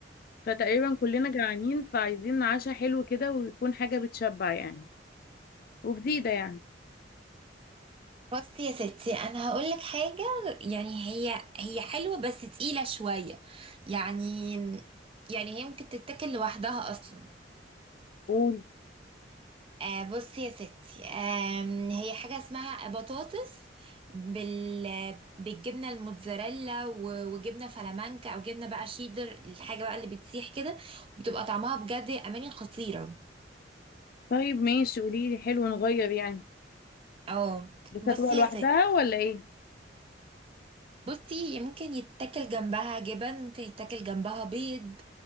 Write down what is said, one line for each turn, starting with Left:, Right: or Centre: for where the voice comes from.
Left: فتقريبا كلنا جعانين فعايزين عشاء حلو كده ويكون حاجه بتشبع يعني وجديده يعني
Right: بصي يا ستي انا هقول لك حاجه يعني هي هي حلوه بس تقيله شويه يعني يعني هي ممكن تتاكل لوحدها اصلا
Left: قولي
Right: آه بصي يا ستي آم، هي حاجه اسمها بطاطس بال بالجبنه الموتزاريلا و- وجبنه فلامانكا او جبنه بقى شيدر الحاجه بقى اللي بتسيح كده وبتبقى طعمها بجد يا اماني خطيره
Left: طيب ماشي قولي لي حلو نغير يعني
Right: اه
Left: بس
Right: بصي
Left: هتبقى لوحدها
Right: يا ستي
Left: ولا ايه
Right: بصي هي ممكن يتاكل جنبها جبن ممكن يتاكل جنبها بيض